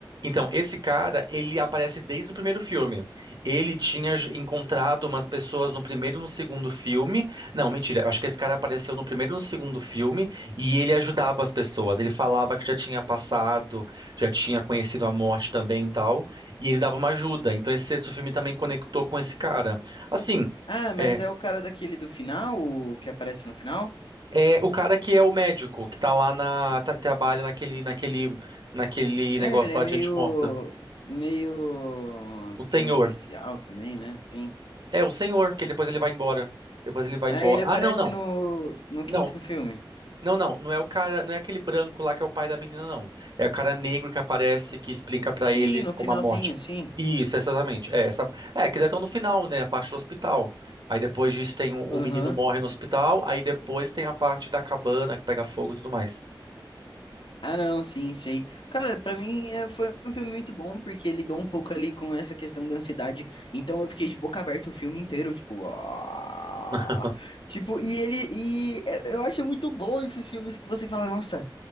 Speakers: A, on the right; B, on the left.
A: Então, esse cara, ele aparece desde o primeiro filme. Ele tinha j- encontrado umas pessoas no primeiro e no segundo filme. Não, mentira, eu acho que esse cara apareceu no primeiro e no segundo filme e ele ajudava as pessoas. Ele falava que já tinha passado, já tinha conhecido a morte também e tal, e ele dava uma ajuda. Então, esse sexto filme também conectou com esse cara. Assim,
B: Ah, mas
A: é,
B: é o cara daquele do final, o que aparece no final?
A: é o cara que é o médico, que tá lá na, tá- trabalha naquele, naquele, naquele
B: É,
A: negócio
B: ele é
A: lá
B: meio
A: de gente morta.
B: meio
A: O senhor.
B: que um policial também, né? Sim.
A: É o senhor, que depois ele vai embora. Depois ele vai
B: Aí
A: embora.
B: ele aparece
A: Ah, não, não.
B: no no
A: Não.
B: quinto filme.
A: Não, não, não é o cara, não é aquele branco lá que é o pai da menina, não. É o cara negro que aparece, que explica pra
B: Sim,
A: ele
B: no finalzinho,
A: como a morte.
B: sim.
A: Isso, exatamente. É, essa... é que já estão no final, né? A parte do hospital. Aí depois disso tem o, o
B: Aham.
A: menino morre no hospital, aí depois tem a parte da cabana que pega fogo e tudo mais.
B: Ah, não, sim, sei. Cara, pra mim é, foi um filme muito bom, porque ele lidou um pouco ali com essa questão da ansiedade. Então eu fiquei de boca aberta o filme inteiro, tipo. "Ah".
A: <laughs>
B: Tipo, e ele. E é, eu acho muito bom esses filmes que você fala, nossa.